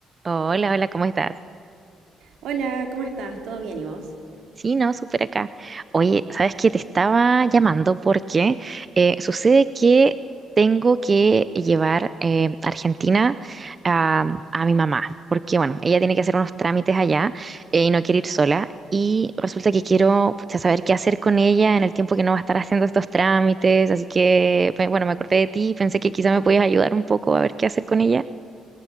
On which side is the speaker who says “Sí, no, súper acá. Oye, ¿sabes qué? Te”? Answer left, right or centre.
Right